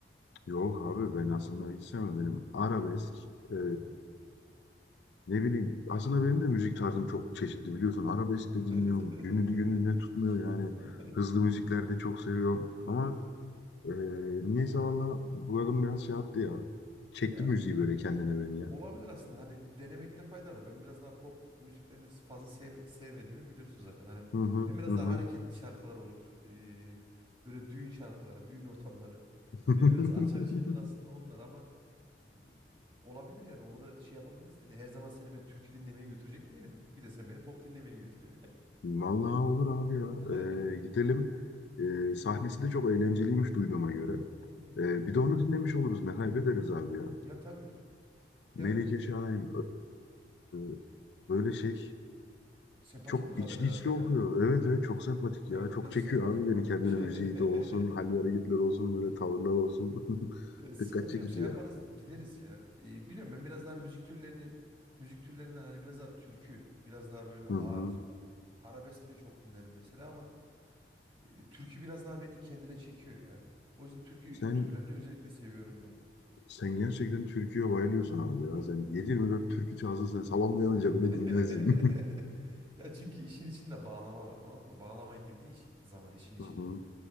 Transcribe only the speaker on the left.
Yok abi ben aslında hiç sevmem. Benim arabesk e,
ne bileyim aslında benim de müzik tarzım çok çeşitli biliyorsun. Arabesk de
dinliyorum.
Günü gününe tutmuyor yani.
Hızlı müzikler de çok seviyorum.
Ama Ee, niyeyse valla buranın biraz şey yaptı ya. Çekti
müziği böyle kendine
beni ya.
Hı hı
hı hı.
<laughs>
Vallahi olur abi ya.
Ee, gidelim. Ee, sahnesi de çok eğlenceliymiş duyduğuma göre.
Ee, bir de onu dinlemiş oluruz. Ne kaybederiz abi ya.
Melike Şahin. ee, böyle şey.
Çok
içli
içli
okuyor. Evet evet çok sempatik
ya. Çok
çekiyor
abi
beni
kendine
müziği de olsun. Hal ve hareketler olsun. Böyle tavırlar olsun. <laughs>
Dikkat çekici
ya.
Hı hı.
Sen
Sen gerçekten türküye bayılıyorsun abi
ya. Sen yedi yirmi 24 türkü çalsın sen sabah uyanınca
bile dinlersin.
<laughs> Hı hı.